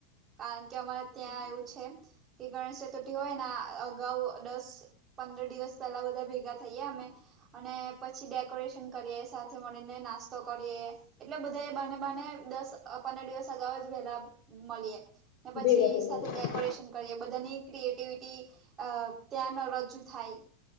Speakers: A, on the right (about 35°); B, on the left (about 60°).
A: કારણ કે અમારે ત્યાં
B: હમ
A: એવુ છે. કે ગણેશ ચતુર્થી હોય ને અગાઉ દસ પંદર દિવસ પહેલા બધા ભેગા થઈએ અમે અને પછી ડેકોરેશન કરીએ સાથે મળીને નાસ્તો કરીએ એટલે બધા બાને બાને દસ પંદર દિવસ અગાઉજ વેલા મળીએ. અને પછી
B: ભેગા થઈ જાય
A: સાથે
B: છે
A: ડેકોરેશન. એ બધાની ક્રિએટીવીટી અ ત્યાં રજૂ થાય